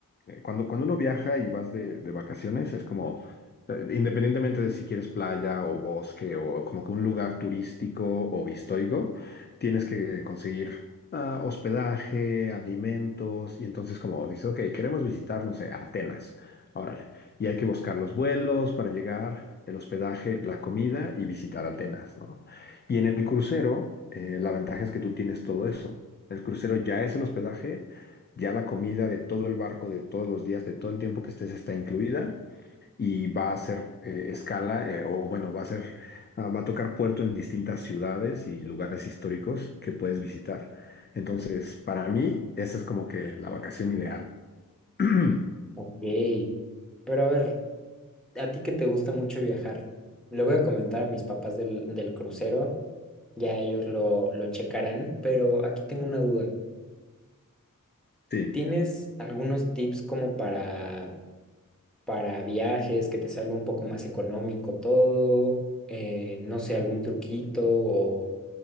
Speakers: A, on the left; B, in the centre.
A: eh, Cuando, cuando uno viaja y vas de, de vacaciones, es como, eh, independientemente de si quieres playa o bosque o como que un lugar turístico o histórico, tienes que conseguir ah, hospedaje, alimentos, y entonces como dices, ok, queremos visitar, no sé, Atenas, órale, y hay que buscar los vuelos para llegar, el hospedaje, la comida y visitar Atenas, ¿no? Y en el crucero, eh, la ventaja es que tú tienes todo eso. El crucero ya es el hospedaje ya la comida de todo el barco, de todos los días, de todo el tiempo que estés está incluida y va a ser eh, escala eh, o bueno, va a ser, ah, va a tocar puerto en distintas ciudades y lugares históricos que puedes visitar. Entonces, para mí, esa es como que la vacación ideal. <clears throat>
B: Ok, pero a ver, a ti que te gusta mucho viajar, le voy a comentar a mis papás del, del crucero, ya ellos lo, lo checarán, pero aquí tengo una duda.
A: Sí.
B: ¿Tienes algunos tips como para, para viajes, que te salga un poco más económico todo? Eh, no sé, algún truquito o,